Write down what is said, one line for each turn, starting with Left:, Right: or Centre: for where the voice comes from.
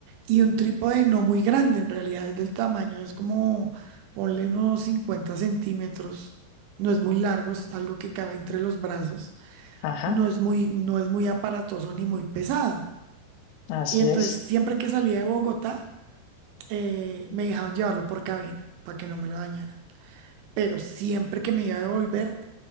Right: y un trípode no muy grande, en realidad es del tamaño, es como, ponle unos 50 centímetros, no es muy largo, es algo que cabe entre los brazos
Left: Ajá,
Right: no es muy, no es muy aparatoso ni muy pesado.
Left: así
Right: Y entonces,
Left: es.
Right: siempre que salía de Bogotá, eh, me dejaban llevarlo por cabina para que no me lo dañaran. Pero siempre que me iba a devolver,